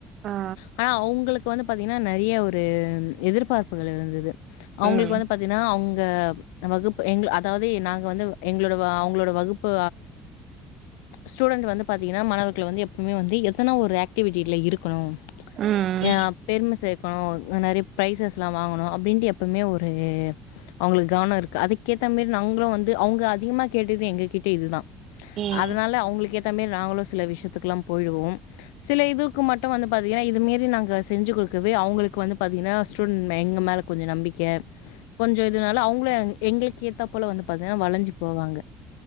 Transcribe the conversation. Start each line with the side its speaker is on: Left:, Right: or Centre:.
Right: ஆ
Left: ஆனா அவங்களுக்கு வந்து பாத்தீங்கனா நெறைய ஒரு ஒரு எதிர்பார்ப்புகள் இருந்தது அவங்களுக்கு
Right: ம்
Left: வந்து பாத்தீஙகனா அவுங் க வகுப்பு எங்க அர்ஜ அதாவது நாங்க வந்து எங்களோட அவங்களோட வகுப்பு ஸ்டூடெண்ட் வந்து பாத்தீங்கன்னா மாணவர்கள் எப்பவுமே வந்து எத்தனா ஒரு ஆக் ஆக்டிவிட்டில இருக்கணும்
Right: ம்
Left: ஆஹ் பெருமை சேர்க்கணும் நிறைய பிரைசஸ் எல்லாம் வாங்கணும் அப்படின்ட்டு எப்பவுமே ஒரு அவங்களுக்கு கவனம் இருக்கு அதுக்கேத்த மாதிரி நாங்களும் வந்து அவங்க அதிகமா கேட்டது எங்க கிட்ட இதுதான்
Right: ம்
Left: அதனால அவங்களுக்கு ஏத்த மாதிரி நாங்களும் சில விஷயத்துகெலாம் போயிடுவோம் சில இதுக்கு மட்டும் வந்து பாத்தீங்கன்னா இது மாரி நாங்க செஞ்சு கொடுக்கவே அவங்களுக்கு வந்து பாத்தீங்கன்னா ஸ்டூடன்ட் எங்க மேல கொஞ்சம் நம்பிக்கை கொஞ்சம் இதுனால அவங்களு எங்களுக்கு ஏத்தா போல வந்து ப்பா வளைஞ்சி போவாங்க